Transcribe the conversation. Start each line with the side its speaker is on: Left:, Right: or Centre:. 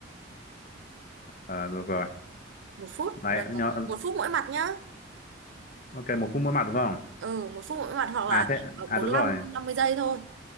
Left: Ờ, được rồi
Right: một phút
Left: đấy
Right: ờ,
Left: nhớ
Right: một phút mỗi mặt nhá
Left: ok một phút mỗi mặt đúng không
Right: ừ một phút mỗi mặt hoặc
Left: à
Right: là
Left: thế
Right: ờ, bốn
Left: à đúng
Right: lăm
Left: rồi
Right: năm mươi giây thôi